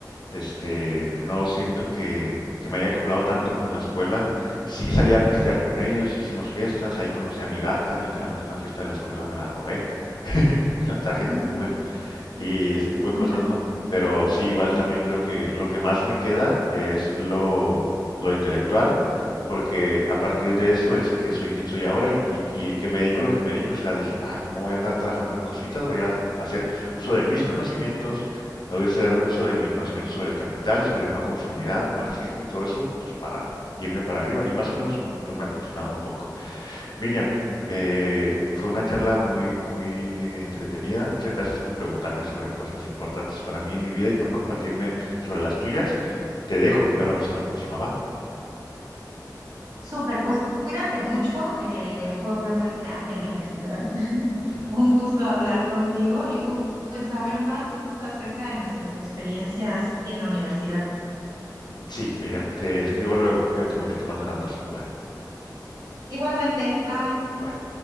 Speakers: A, on the left; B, on the right.
A: este, no siento que, que me haya acoplado tanto con la escuela. Sí salí a pistear con ellos, hicimos fiestas, ahí conocí a mi gata, literalmente en una fiesta de la escuela me la robé, <laughs> la traje en
B: ¿Mm?
A: un Uber y ese tipo de
B: Ajá.
A: cosas, ¿no? Pero sí, igual también creo que lo que más me queda es lo, lo intelectual, porque a partir de eso es que soy quien soy ahora y, y- y que me dedico a lo que me dedico. O sea, dije, ah, ¿cómo voy a andar trabajando en cositas? Voy a hacer uso de mis conocimientos, voy a hacer uso de mi conocimiento sobre el capital, sobre no conformidad, marxismo y todo eso, pues para irme para arriba. Y más o menos mm, pues me ha funcionado un poco. Miriam, eh, fue una charla muy, muy eh, entretenida. Muchas gracias por preguntarme sobre cosas importantes para mí en mi vida y por compartirme sobre las tuyas. Te dejo y hablamos a la próxima, ¿va?
B: Súper, pues cuídate mucho. eh, fue una plática enriquecedora. <laughs>
A: <laughs>
B: Un gusto hablar contigo y pu- pues saber más acerca de nuestras experiencias en la universidad.
A: Sí, Miriam, te escribo luego. Cuídate mucho, te mando un abrazo. Bye bye.
B: Igualmente, bye.
A: Bye.